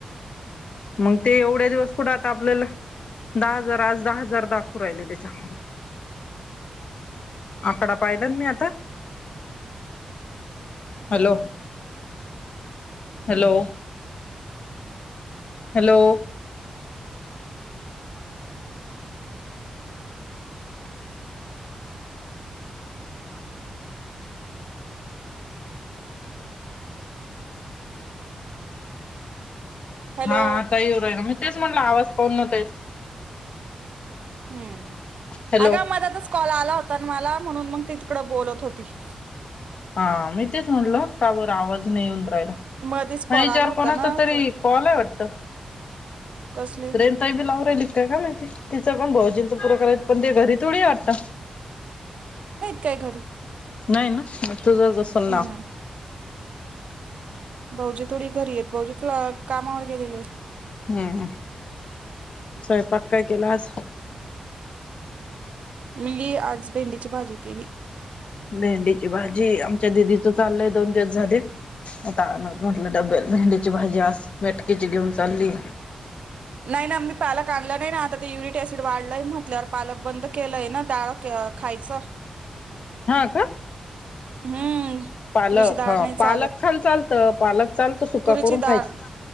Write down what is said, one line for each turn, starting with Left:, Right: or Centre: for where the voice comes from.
Left: मग ते एवढ्या दिवस पुढे आता आपल्याला दहा हजार आज दहा हजार दाखव राहिले त्याच्यात. आकडा पाहिला मी आता. Hello, hello. हॅलो.
Right: हॅलो
Left: हा हा तही हो <unintelligible> तेच म्हणलं आवाज पाऊन नव्हत.
Right: हम्म.
Left: हॅलो
Right: अग मध्येतच कॉल आला. आला होताना मला म्हणून मग ती तिकड बोलत होती.
Left: हा मी तेच म्हणल का बरं आवाज नाही येऊन राहिल.
Right: मधीच कॉल
Left: नाही
Right: आला
Left: ज्या
Right: होता
Left: कोणाचं
Right: ना
Left: तरी
Right: तर
Left: कॉल हाय वाट त.
Right: कसले
Left: रेणूताई बी लाऊन राहिली. ते काय माहिती. तिचं म भाऊजींच पुर करायच पण ते घरी थोडी हाय आता.
Right: का घरी.
Left: नाही ना. तुझं जसं नाव
Right: नाही भाऊजी थोडी घरी आहेत, भाऊजी क कामावर गेलेले आहे.
Left: हम हम, स्वयंपाक काय केलास?
Right: मिल्ली आज भेंडीची भाजी केली.
Left: भेंडीची भाजी आमच्या दिदीच चाललंय दोन दिवस झाली आता म्हटलं डब्यात भेंडीची भाजी आज मेटकीची घेऊन चालली.
Right: नाही ना मी पालक आणल नाही ना आता ते युरट ऍसिड वाढलंय म्हटल्यावर पालक बंद केलंय ना डाळ खायचं.
Left: हा का?
Right: हम्म.
Left: पालक
Right: तुरीची डाळ
Left: हा
Right: नाही चालत
Left: पालक खाल चालतं. पालक. चालत सुका
Right: तुरीची
Left: करून
Right: डाळ
Left: खायच,